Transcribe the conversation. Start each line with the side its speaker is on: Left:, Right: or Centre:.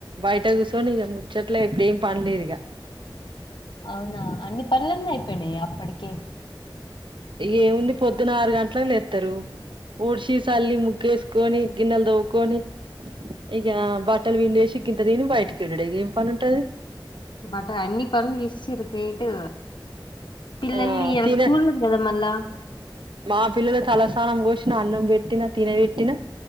Right: బయట కూసోని ఇగ ముచ్చట్లే ఇప్పుడ ఏం పనిలేదు ఇగ
Left: అవునా అన్ని పనులన్నీ అయిపోయినాయ అప్పటికీ
Right: ఏముంది పొద్దున ఆరు గంటలకి లేత్తరు ఊడ్షి సల్లి ముగ్గేసుకొని గిన్నెల్ దోముకొని ఇగ బట్టల్ వవిండేసి గింత దిని, బయటికి ఎల్లుడే ఇగ ఏం పని ఉంటది?
Left: బట్ అన్ని పనులు చేసేసిర్రు గ్రేటు పిల్లలి
Right: ఆ
Left: ఇయాల
Right: తినే
Left: స్కూల్ లేదు కదా మల్ల
Right: మా పిల్లలు తలసానం పోసిన, అన్నం బెట్టిన తినబెట్టిన